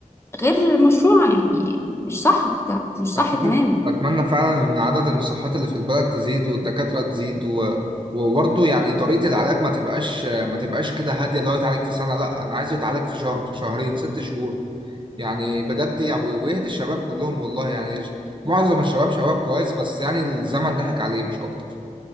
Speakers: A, on the left (about 20°); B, on the right (about 35°).
A: غير مشروعة يعني مش صح ده مش صح
B: أتمنى
A: تماما
B: أتمنى فعلا إن عدد المصحات اللي في البلد تزيد والدكاترة تزيد و... وبرضه يعني طريقة العلاج ما تبقاش ما تبقاش كده هادية اللي هو يتعالج في سنة لا أنا عايزه يتعالج في شهر شهرين ست شهور يعني بجد يعني ويهدي الشباب كلهم والله يعني ج- معظم الشباب شباب كويس بس يعني الزمن ضحك عليه مش أكتر